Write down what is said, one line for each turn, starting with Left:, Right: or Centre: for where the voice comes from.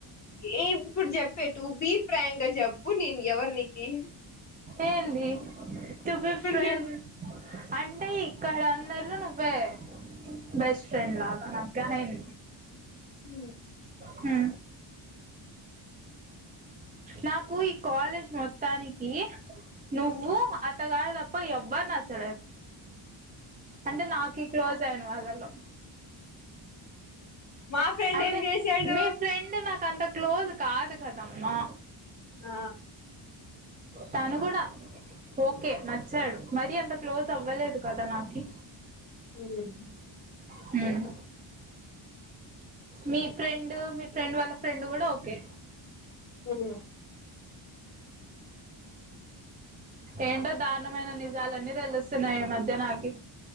Left: ఏ ఇప్పుడు చెప్పెట్టు బి ఫ్రాంక్ గా జప్పు నేను ఎవరి నీనికి
Right: ఏంది టు బి ఫ్రెండ్స్
Left: చెప్
Right: అంటే ఇక్కడ అందరిలో నువ్వే బెస్ట్ ఫ్రెండ్లాన కహెం
Left: ఉ
Right: హూ నాకు ఈ కాలేజ్ మొత్తానికి నువ్వు ఆ గాడు దప్ప ఎవ్వరు నచ్చలేదు అంటే నాకు క్లోజ్ అయిన వాళ్ళలో
Left: మా ఫ్రెండ్
Right: అంటే
Left: ఏం చేశాడు
Right: మీ ఫ్రెండ్ నాక అంత క్లోజ్ కాదు కదమ్మా
Left: ఆ
Right: తను కూడా ఓకే నచ్చాడు మరి అంత క్లోజ్ అవ్వలేదు కదా నాకి
Left: ఉమ్
Right: హ్మ్ మీ ఫ్రెండ్ మీ ఫ్రెండ్ వాళ్ళ ఫ్రెండ్ కూడా ఓకే
Left: ఉమ్
Right: ఏంటో దారుణమైన నిజాలన్నీ తెలుస్తున్నాయి ఈ మధ్యాహ్నకి